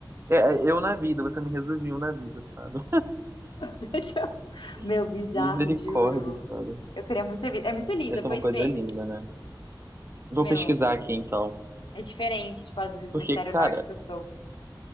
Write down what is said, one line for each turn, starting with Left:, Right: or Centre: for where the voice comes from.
Right: é, eu na vida, você me resumiu na vida, sabe?
Left: <laughs> Meu,
Right: <laughs>
Left: bizarro,
Right: Misericórdia,
Left: juro.
Right: cara.
Left: Eu queria muito ter visto. É muito lindo,
Right: Essa
Left: depois
Right: é uma coisa
Left: vê.
Right: linda, né? Vou
Left: Meu,
Right: pesquisar aqui então.
Left: é diferente, tipo, a dos hemisfério
Right: Porque, cara,
Left: norte que eu sou.